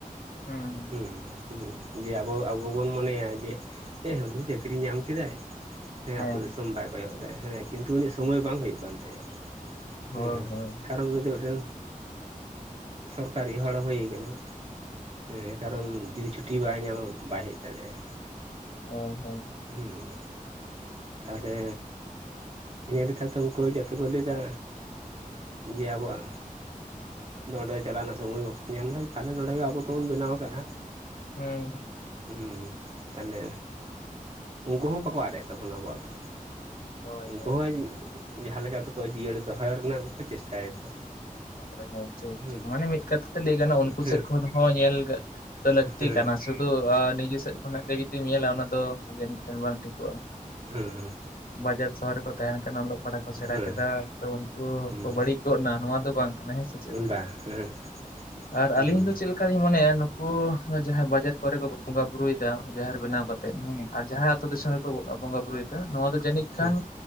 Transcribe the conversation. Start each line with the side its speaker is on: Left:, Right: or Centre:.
Left: ᱦᱮᱸ
Right: ᱦᱩᱸ ᱦᱩᱸ᱾ ᱡᱮ ᱟᱵᱚ ᱟᱵᱚ ᱵᱚᱱ ᱢᱚᱱᱮᱭᱟ ᱡᱮ ᱩᱱᱤ ᱪᱟᱹᱠᱨᱤ ᱧᱟᱢ ᱠᱮᱫᱟᱭ
Left: <inaudible>
Right: ᱦᱮᱸ ᱟᱛᱳ ᱫᱤᱥᱚᱢ ᱵᱟᱭ ᱠᱚᱭᱚᱜ ᱮᱫᱟ ᱦᱮᱸ ᱠᱤᱱᱛᱩ ᱩᱱᱤ ᱥᱚᱢᱚᱭ ᱵᱟᱝ ᱦᱩᱭᱩᱜ ᱠᱟᱱ ᱛᱟᱭᱟ᱾
Left: ᱦᱳᱭ
Right: ᱦᱮᱸ
Left: ᱦᱳᱭ
Right: ᱠᱟᱨᱚᱱ ᱩᱱᱤ ᱫᱚ ᱢᱤᱫᱴᱮᱱ ᱥᱚᱨᱠᱟᱨᱤᱡ ᱦᱚᱲᱮ ᱦᱩᱭ ᱟᱠᱟᱱᱟ᱾ ᱦᱮᱸ ᱠᱟᱨᱚᱱ ᱡᱩᱫᱤ ᱪᱷᱩᱴᱤ ᱵᱟᱭ ᱧᱟᱢᱟ ᱵᱟᱭ ᱦᱮᱡ ᱫᱟᱲᱮᱭᱟᱜᱼᱟ᱾
Left: ᱦᱳᱭ ᱦᱳᱭ᱾
Right: ᱦᱮᱸ᱾ ᱛᱟᱦᱚᱞᱮ ᱤᱱᱟᱹ ᱞᱮᱠᱟᱛᱮ ᱩᱱᱠᱩ ᱡᱟᱛᱮ ᱠᱚ ᱞᱟᱹᱭᱫᱟ ᱡᱮ ᱟᱵᱚᱣᱟᱜ ᱱᱚᱸᱰᱮ ᱫᱚ ᱪᱟᱞᱟᱜ ᱨᱮᱱᱟᱜ ᱥᱳᱢᱚᱭ ᱵᱟᱵᱚᱱ ᱧᱟᱢ ᱮᱫᱟ ᱛᱟᱦᱚᱞᱮ ᱱᱚᱰᱮ ᱜᱮ ᱟᱵᱚ ᱫᱚᱵᱚᱱ ᱵᱮᱱᱟᱣ ᱠᱟᱜᱼᱟ᱾
Left: ᱦᱩᱸᱻ
Right: ᱦᱩᱸ ᱛᱟᱦᱞᱮ ᱩᱱᱠᱩ ᱦᱚᱸ ᱵᱟᱠᱚ ᱟᱫ ᱮᱫ ᱛᱟᱵᱚᱱᱟ ᱟᱵᱚᱣᱟᱜ ᱫᱚ
Left: ᱦᱳᱭ
Right: ᱩᱱᱠᱩ
Left: ᱦᱳᱭ
Right: ᱦᱚᱸ ᱡᱟᱦᱟᱸ ᱞᱮᱠᱟ ᱛᱮᱠᱚ ᱡᱤᱭᱟᱹᱲ ᱫᱚᱦᱚ ᱨᱮᱱᱟᱜ ᱜᱮᱠᱚ ᱪᱮᱥᱴᱟᱭᱮᱫᱟ᱾
Left: ᱦᱳᱭ ᱦᱳᱭ ᱴᱷᱤᱠ
Right: ᱦᱩᱸ
Left: ᱴᱷᱤᱠ ᱢᱟᱱᱮ ᱢᱤᱫ ᱠᱟᱛᱷᱟ ᱛᱮ ᱞᱟᱹᱭ ᱜᱟᱱᱚᱜᱼᱟ ᱩᱱᱠᱩ
Right: ᱦᱮᱸ
Left: ᱥᱮᱫ ᱠᱷᱚᱱ ᱦᱚᱸ ᱧᱮᱞ ᱫᱚ ᱞᱟᱹᱠᱛᱤ
Right: ᱦᱮᱸ
Left: ᱠᱟᱱᱟ ᱥᱩᱫᱷᱩ ᱱᱤᱡᱮ ᱥᱮᱫ ᱠᱷᱚᱱᱟᱜ ᱜᱮ ᱡᱩᱫᱤᱢ ᱧᱮᱞᱟ ᱚᱱᱟ ᱫᱚ ᱵᱟᱝ ᱴᱷᱤᱠᱚᱜᱼᱟ᱾
Right: ᱦᱮᱸ᱾
Left: ᱵᱟᱡᱟᱨ ᱥᱚᱦᱚᱨ ᱨᱮᱠᱚ ᱛᱟᱦᱮᱱ ᱠᱟᱱᱟ ᱚᱞᱚᱜ ᱯᱟᱲᱦᱟ ᱠᱚ ᱥᱮᱬᱟ
Right: ᱦᱮᱸ
Left: ᱠᱮᱫᱟ ᱛᱚ ᱩᱱᱠᱩ
Right: ᱦᱮᱸ
Left: ᱠᱚ ᱵᱟᱹᱲᱤᱡ ᱜᱚᱫ ᱮᱱᱟ ᱱᱚᱣᱟ ᱫᱚ ᱵᱟᱝ ᱠᱟᱱᱟ ᱦᱮᱸ ᱥᱮ ᱪᱮᱫ ᱞᱮᱠᱟ
Right: ᱵᱟᱝ ᱦᱮᱸ
Left: ᱟᱨ
Right: ᱦᱮᱸ
Left: ᱟᱹᱞᱤᱧ ᱫᱚ ᱪᱮᱫ ᱞᱮᱠᱟ ᱞᱤᱧ ᱢᱚᱱᱮᱭᱟ ᱱᱩᱠᱩ ᱡᱟᱦᱟᱸᱭ ᱵᱟᱡᱟᱨ ᱠᱚᱨᱮ ᱠᱚ ᱵᱚᱸᱜᱟ ᱵᱨᱩᱭᱮᱫᱟ ᱡᱟᱦᱮᱨ ᱵᱮᱱᱟᱣ ᱠᱟᱛᱮᱜ ᱦᱮᱸ ᱟᱨ ᱡᱟᱦᱟᱸᱭ ᱟᱛᱳ ᱫᱤᱥᱚᱢ ᱨᱮᱠᱚ ᱵᱚᱸᱜᱟ ᱵᱩᱨᱩᱭᱮᱫᱟ ᱱᱚᱣᱟ ᱫᱚ ᱡᱟᱹᱱᱤᱡ
Right: ᱦᱮᱸ
Left: ᱠᱷᱟᱱ